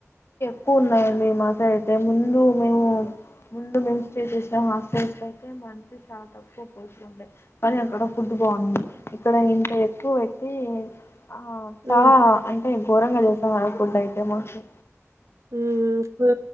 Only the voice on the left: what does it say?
తక్కువ ఉన్నాయండి మా సైడ్ ఐతే ముందు మేము ముందు మేము స్టే చేసిన హాస్టల్స్కి అయితే మంచి చాలా తక్కువ పోత ఉండే కానీ అక్కడ ఫుట్బాంది ఇక్కడ ఇంత ఎక్కువ పెట్టి ఆ చాలా
అంటే ఘోరంగా చేస్తా మ ఫుడ్ అయితే మాకు